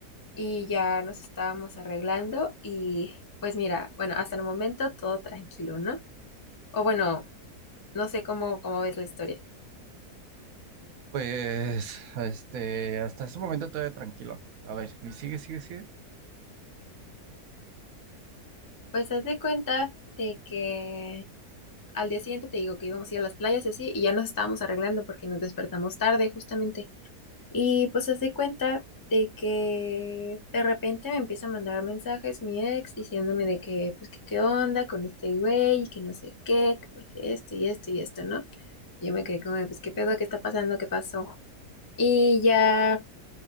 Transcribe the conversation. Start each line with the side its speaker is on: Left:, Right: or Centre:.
Left: Y ya nos estábamos arreglando y pues mira, bueno, hasta el momento todo tranquilo, ¿no? O bueno, no sé cómo, cómo ves la historia.
Right: Pues, este, hasta ese momento todavía tranquilo. A ver, y sigue, sigue, sigue.
Left: Pues haz de cuenta de que al día siguiente te digo que íbamos a ir a las playas y así, y ya nos estábamos arreglando porque nos despertamos tarde justamente. Y pues haz de cuenta de que de repente me empieza a mandar mensajes mi ex diciéndome de que, pues, que qué onda con este güey y que no sé qué, que porque esto y esto y esto, ¿no? Y yo me quedé como, de, pues, ¿qué pedo? ¿Qué está pasando? ¿Qué pasó? Y ya